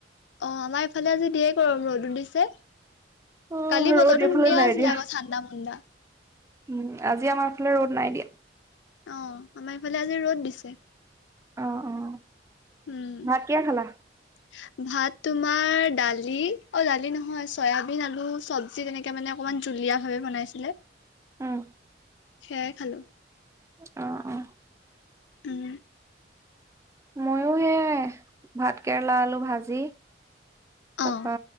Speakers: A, on the left; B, on the right.
A: অ', আমাৰ এইফালে আজি ধেৰ গৰম ৰ'দো দিছে।
B: অ',
A: কালি বতৰটো
B: ৰ'দ এইফালে
A: ধুনীয়া
B: নাই
A: আছিলে
B: দিয়া।
A: আকৌ ঠাণ্ডা মাণ্ডা।
B: উম, আজি আমাৰ ফালে ৰ'দ নাই দিয়া।
A: অ', আমাৰ ইফালে আজি ৰ'দ দিছে।
B: অ', অ',
A: উম।
B: ভাত কিহে খালা?
A: ভাত তোমাৰ দালি অ', দালি নহয় চয়াবিন আলু চব বি তেনেকে মানে অকণমান জুলীয়াভাৱে বনাইছিলে।
B: উম।
A: সেয়াই খালো।
B: অ অ',
A: উম
B: মইও সে ভাত কেৰেলা আলু ভাজি তাপা
A: অ'